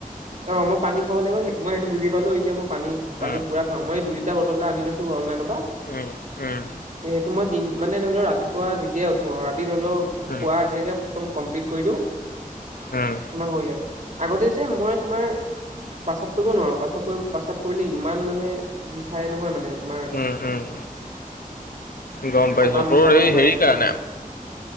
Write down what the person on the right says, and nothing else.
অ, মই পানী খাব লাগিব মই সেইটো বুজি পালো এতিয়া মই পানী
পানী পুৰা অ, মই এই দুইিটা বটল এটা আনি লৈছো অনলাইনৰ পৰা।
সেইটো মই দিন মানে ধৰি লও ৰাতিপুৱা যেতিয়াই উঠো আৰু ৰাতি ধৰি লও
খুৱা আগে আগে। একদম কমপ্লিট কৰি দিওঁ।
তোমাৰ হৈ যায় আগতে যে মই তোমাৰ পেচাপ কৰিব নোৱাৰো পেচাপ কৰিব। প্ৰসাদ পৰিলে ইমান মানে বিষাই নহয় মানে। তোমাৰ
কঁকাল বিষাব
তোমাৰ
একদম